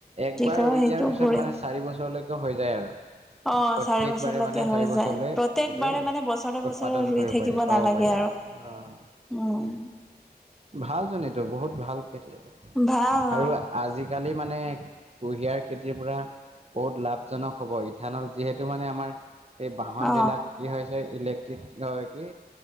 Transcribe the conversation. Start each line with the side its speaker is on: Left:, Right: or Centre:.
Right: একবাৰ
Centre: কি কয়
Right: ৰৈ
Centre: সেইটো
Right: দিয়াৰ পিছত
Centre: গুৰে
Right: মানে চাৰি বছৰলৈকে হৈ যায় আৰু।
Centre: অ
Right: প্ৰত্যয়েকবাৰে
Centre: চাৰি বছৰলৈকে
Right: মানে
Centre: হৈ
Right: চাৰি বছৰলে
Centre: যায় প্ৰত্যেকবাৰে
Right: এইটো
Centre: মানে বছৰে বছৰে
Right: উৎপাদন
Centre: ৰুই
Right: কৰিব
Centre: থাকিব
Right: পাৰি পাব
Centre: নালাগে
Right: পাৰি আৰু। অঁ'।
Centre: উম'।
Right: ভালচোন এইটো বহুত ভাল খেতি এইটো,
Centre: ভাল
Right: আৰু আজি- কালি মানে কুঁহিয়াৰ খেতিৰ পৰা- বহুত লাভজনক হ'ব, ইথানল যিহেতু মানে আমাৰ- এই বাহন
Centre: অ
Right: বিলাক কি হৈছে ইলেক্ট্ৰিক অঁ কি